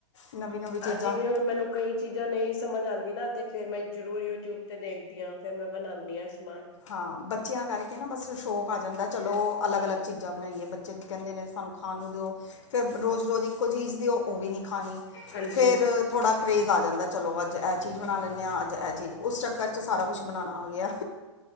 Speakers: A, on the left; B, on the left.
A: ਨਵੀਂ ਨਵੀਂ ਚੀਜ਼ਾਂ
B: ਜਿਵੇਂ ਹੁਣ ਮੈਨੂੰ। ਕਈ ਚੀਜ਼ਾਂ ਨਹੀਂ ਸਮਝ ਆਂਦੀ ਨਾ ਤੇ ਫੇਰ ਮੈਂ ਜ਼ਰੂਰ ਯੂਟਿਊਬ। ਤੇ ਦੇਖਦੀ ਹਾਂ ਫੇਰ ਮੈਂ ਬਨਾਨੀ ਆ ਸਮਾਨ।
A: ਹਾਂ ਬੱਚਿਆਂ ਕਰਕੇ ਨਾ ਬਸ ਸ਼ੌਕ ਆ ਜਾਂਦਾ ਚਲੋ ਅਲੱਗ ਅਲੱਗ। ਚੀਜ਼ਾਂ ਬਣਾਈਏ ਬੱਚੇ ਕਹਿੰਦੇ ਨੇ ਸਾਨੂੰ ਖਾਣ ਨੂੰ ਦਿਓ ਫਿਰ ਰੋਜ਼ ਰੋਜ਼ ਇੱਕੋ ਚੀਜ਼ ਦਿਓ। ਉਹ ਵੀ ਨੀ ਖਾਣੀ
B: ਹਾਂਜੀ,
A: ਫਿਰ ਥੋੜ੍ਹਾ ਕਰੇਜ਼ ਆ ਜਾਂਦਾ ਚਲੋ ਅੱਜ ਇਹ ਚੀਜ਼ ਬਣਾ ਲੈਂਨੇ ਹਾਂ ਅੱਜ ਚੀਜ਼ ਉਸ ਚੱਕਰ ਸਾਰਾ ਕੁਛ ਬਣਾਣਾ ਆ ਗਿਆ।